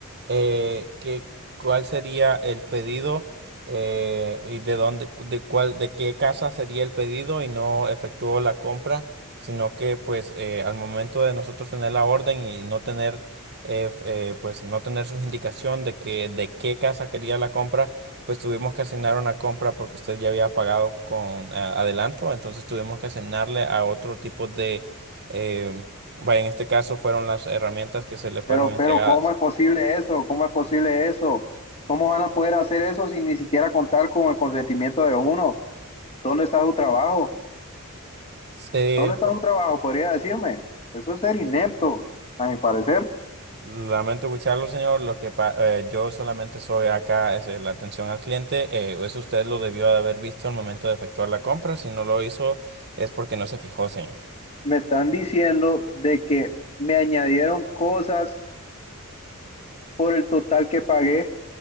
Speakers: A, on the right (about 50°); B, on the left (about 25°).
A: eh, que cuál sería el pedido eh, y de dónde, de cuál, de qué casa sería el pedido y no efectuó la compra, sino que pues eh, al momento de nosotros tener la orden y no tener eh, f- eh, pues no tener su indicación de que de qué casa quería la compra pues tuvimos que asignar una compra porque usted ya había pagado con ah, adelanto, entonces tuvimos que asignarle a otro tipo de, eh, vaya, en este caso fueron las herramientas que se le fueron
B: Pero,
A: entregadas.
B: pero, ¿cómo es posible eso? ¿Cómo es posible eso? ¿Cómo van a poder hacer eso sin ni siquiera contar con el consentimiento de uno? ¿Dónde está su trabajo?
A: Eh,
B: ¿Dónde
A: El
B: está
A: pro-
B: su trabajo? Podría decirme. Eso es ser inepto, a mi parecer.
A: lamento escucharlo, señor, lo que pa- eh, yo solamente soy acá, es eh, la atención al cliente, eh, eso usted lo debió de haber visto al momento de efectuar la compra, si no lo hizo es porque no se fijó, señor.
B: Me están diciendo de que me añadieron cosas por el total que pagué.